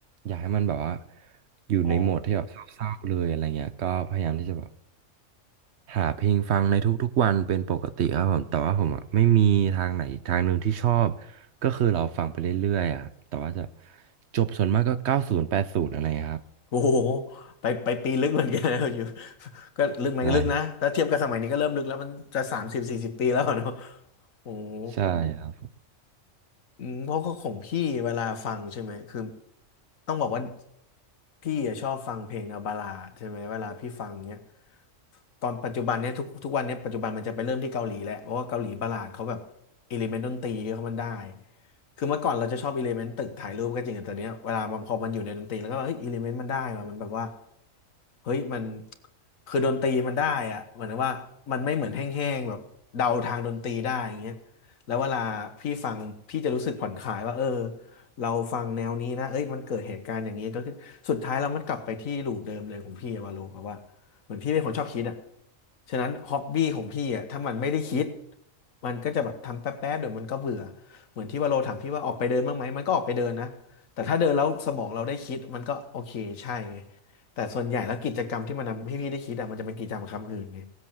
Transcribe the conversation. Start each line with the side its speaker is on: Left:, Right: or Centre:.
Right: อยากให้มันแบบว่าอยู่ในโหมดที่แบบเศร้าๆเลยอะไรเงี้ยก็พยายามที่จะแบบ
Left: อ๋อ
Right: หาเพลงฟังในทุกๆวันเป็นปกติครับผมแต่ว่าผมอ่ะไม่มีทางไหนอีกทางหนึ่งที่ชอบก็คือเราฟังไปเรื่อยๆอ่ะแต่ว่าจะจบส่วนมากก็เก้าศูนย์แปดศูนย์อะไรเงี้ยครับ
Left: โอ้โหไปไปปีลึกเหมือนกันนะอยู่ <laughs> ก็ลึกไหมก็ลึกนะแล้วเทียบกับสมัยนี้ก็เริ่มลึกแล้วมันจะสามสิบสี่สิบปีแล้วอะเนาะ
Right: ใช่
Left: โอ้โห
Right: ใช่ครับ
Left: อืมเพราะก็ของพี่เวลาฟังใช่ไหมคือต้องบอกว่าพี่อะชอบฟังเพลงแนวบัลลาดใช่ไหมเวลาพี่ฟังเนี้ยตอนปัจจุบันเนี้ยทุกทุกวันเนี้ยปัจจุบันมันจะไปเริ่มที่เกาหลีแหละเพราะว่าเกาหลีบัลลาดเขาแบบอิเลเมนต์ดนตรีเขามันได้คือเมื่อก่อนเราจะชอบอิเลเมนต์ตึกถ่ายรูปก็จริงแต่ตอนเนี้ยเวลามันพอมันอยู่ในดนตรีแล้วก็แบบเฮ้ยอิเลเมนต์มันได้ว่ะมันแบบว่าเฮ้ยมันคือดนตรีมันได้อะเหมือนว่ามันไม่เหมือนแห้งๆแบบเดาทางดนตรีได้อย่างเงี้ย แล้วเวลาพี่ฟังพี่จะรู้สึกผ่อนคลายว่าเออเราฟังแนวนี้นะเอ้ยมันเกิดเหตุการณ์อย่างนี้ก็ขึ้นสุดท้ายแรามันกลับไปที่ลูปเดิมเลยของพี่อะว่าโลแบบว่าเหมือนพี่เป็นคนชอบคิดอ่ะฉะนั้นฮอบบี้ของพี่อ่ะถ้ามันไม่ได้คิดมันก็จะแบบทำแป๊บๆเดี๋ยวมันก็เบื่อเหมือนที่ว่าโลถามพี่ว่าออกไปเดินบ้างไหมมันก็ออกไปเดินนะแต่ถ้าเดินแล้วสมองเราได้คิดมันก็โอเคใช่ไงแต่ส่วนใหญ่แล้วกิจกรรมที่มันทำให้พี่ได้คิดอ่ะมันจะเป็นกิจกรรมคำอื่นไง